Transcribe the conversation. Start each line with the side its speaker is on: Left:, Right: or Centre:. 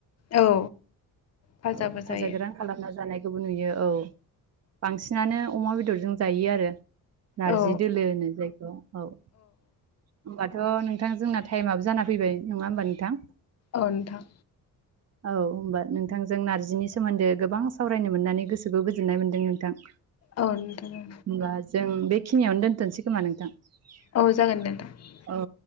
Left: औ फाजाबो
Right: औ फाजा
Left: जायो
Right: गोरान खालामना जानाय बो नुयो औ बांसिनानो अमा बेदरजों जायो आरो नारजि
Left: औ
Right: दोलो होनो जायखौ औ होनबा थ' नोंथां जोंना टाइमाबो जा फैबाय नङा होमबा नोंथां?
Left: औ नोंथां
Right: औ होनबा नोंथांजों नार्जिनि सोमोन्दै गोबां सावरायनो मोननानै गोसोखौ गोजोननाय मोन्दों नोंथां।
Left: औ नोंथां औ
Right: होमबा जों बेखिनियावनो दोनथ'नसै खोमा नोंथां।
Left: औ
Right: <inaudible>
Left: जागोन दे नोंथां
Right: औ